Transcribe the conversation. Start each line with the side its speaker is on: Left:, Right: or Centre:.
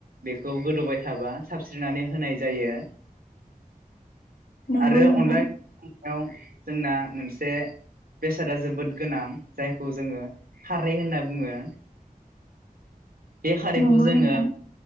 Right: बेखौ गोदौबाय थाबा साबस्रिनानै होनाय जायो।
Left: नंगौ
Right: आरो
Left: नोंथां
Right: अनला यं जोंना मोनसे बेसादा जोबोद गोनां जायखौ जोङो खारै होनना बुङो। बे खारैखौ
Left: नंगौ
Right: जोङो
Left: नोंथां